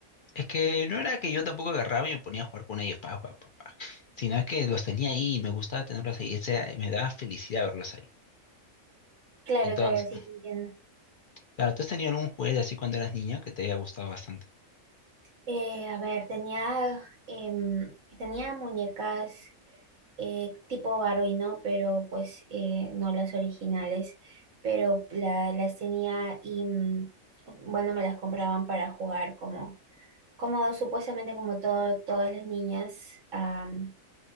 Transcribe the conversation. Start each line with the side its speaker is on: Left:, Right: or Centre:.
Left: Es que no era que yo tampoco agarraba y me ponía a jugar con ellos, pa, pa, pa, pa, sino es que los tenía ahí y me gustaba tenerlos ahí, o sea, me daba felicidad verlos ahí.
Right: Claro,
Left: Entonces,
Right: claro, sí te entiendo.
Left: claro, ¿tú has tenido algún juguete así cuando eras niña que te haya gustado bastante?
Right: Eh, a ver, tenía, em, tenía muñecas eh, tipo Barbie, ¿no? Pero pues eh, no las originales, pero la- las tenía y mm, bueno, me las compraban para jugar como como supuestamente como todo, todas las niñas, am,